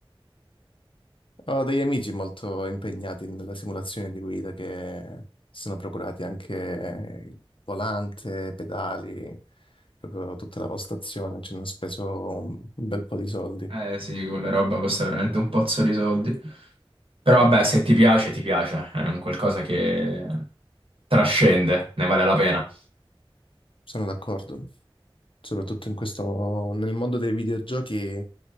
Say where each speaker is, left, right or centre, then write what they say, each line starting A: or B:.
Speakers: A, on the left (about 65°); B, on the right (about 70°).
A: Ho degli amici molto impegnati nella simulazione di guida che si sono procurati anche il volante, pedali, proprio tutta la postazione, ci hanno speso un bel po' di soldi.
B: Eh sì, quella roba costa veramente un pozzo di soldi. Però
A: Mm,
B: vabbè, se ti piace, ti piace. È un qualcosa che trascende, ne vale la pena.
A: Sono d'accordo. soprattutto in questo, nel mondo dei videogiochi,